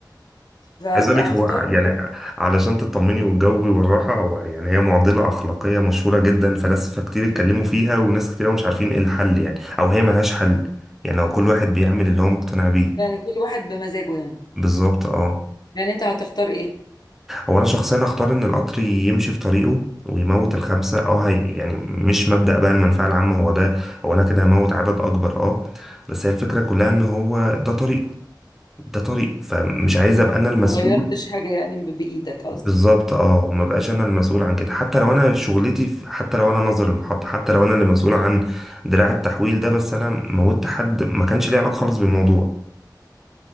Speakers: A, on the left; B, in the centre.
A: فهختار
B: عايز اقول لك هو يعني
A: إنه
B: علشان تطمني وتجاوبي بالراحة هو يعني هي معضلة أخلاقية مشهورة جدا فلاسفة كتير اتكلموا فيها وناس كتير أوي مش عارفين ايه الحل يعني او هي ملهاش حل يعني هو كل واحد بيعمل اللي هو مقتنع بيه
A: يعني كل واحد بمزاجه يعني
B: بالظبط اه
A: يعني انت هتختار ايه
B: هو انا شخصيا اختار ان القطر يمشي في طريقه ويموت الخمسه اه هي يعني مش مبدأ بقى المنفعه العامه هو ده هو انا كده هموت عدد اكبر اه بس هي الفكره كلها ان هو ده طريقه ده طريقه فمش عايز ابقى انا المسؤول
A: ما غيرتش حاجه يعني ب- بايدك قصدك
B: بالظبط اه ما بقاش انا المسؤول عن كده حتى لو انا شغلتي في- حتى لو انا ناظر المحطه حتى لو انا اللي مسؤول عن دراع التحويل ده بس انا موتت حد ما كانش ليه علاقه خالص بالموضوع